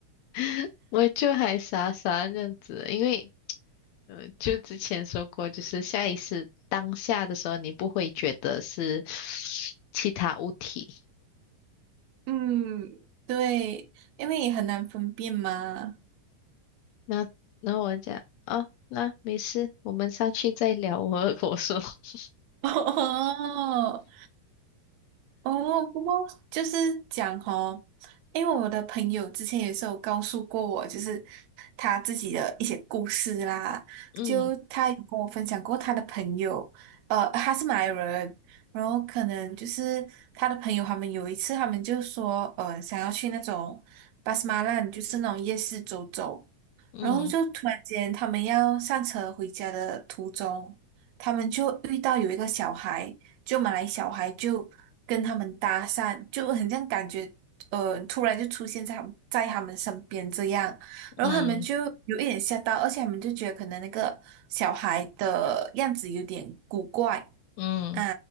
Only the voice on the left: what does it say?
<laughs> 我就还傻傻这样子，因为呃，就之前说过，就是下意识当下的时候，你不会觉得是其他物体。
那那我讲哦，那没事，我们上去再聊。我我说，<laughs>
嗯
嗯
嗯
嗯